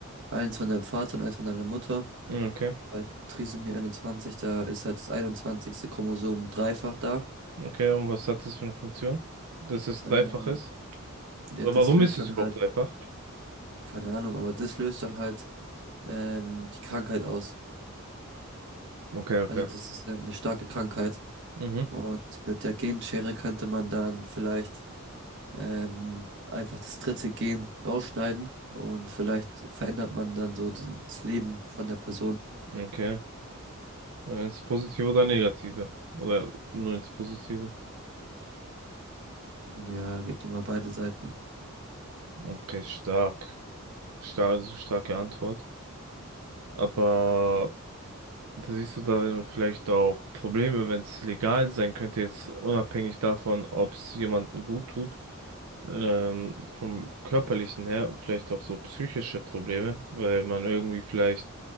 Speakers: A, on the right; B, on the right.
A: Eins von deinem Vater und eins von deiner Mutter.
B: Okay.
A: Bei Trisomie 21, da ist halt das einundzwanzigste Chromosom dreifach da.
B: Okay. Und was hat das für eine Funktion? Dass es dreifach
A: Äh,
B: ist?
A: ja,
B: Oder
A: das
B: warum
A: löst
B: ist es
A: dann
B: überhaupt
A: halt,
B: dreifach?
A: keine Ahnung, aber das löst dann halt ähm, die Krankheit aus.
B: Okay, okay.
A: Also das ist ja eine starke Krankheit.
B: Mhm.
A: Und mit der Genschere könnte man dann vielleicht ähm, einfach das dritte Gen rausschneiden und vielleicht verändert man dann so das Leben von der Person.
B: Okay. Ins Positive oder Negative? Oder nur ins Positive?
A: Ja, gibt immer beide Seiten.
B: Okay, stark. Stark, also starke Antwort. Aber Da siehst du darin vielleicht auch Probleme, wenn es legal sein könnte, jetzt unabhängig davon, ob es jemandem gut tut, ähm, vom körperlichen her, vielleicht auch so psychische Probleme, weil man irgendwie vielleicht,